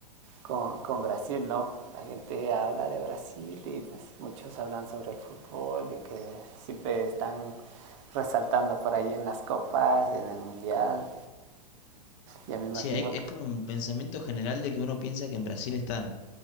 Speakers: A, on the right; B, on the left.
A: con, con Brasil, ¿no? La gente habla de Brasil y pues muchos hablan sobre el fútbol y que siempre están resaltando por ahí en las copas, en el mundial. Ya me imagino
B: Sí, hay- es como un pensamiento general de que uno piensa que en Brasil están